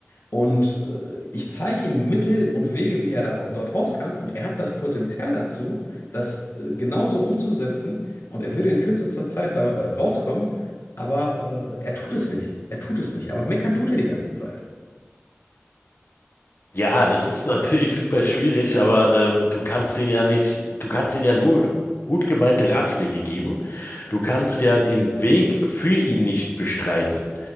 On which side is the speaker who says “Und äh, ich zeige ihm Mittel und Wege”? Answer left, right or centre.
Left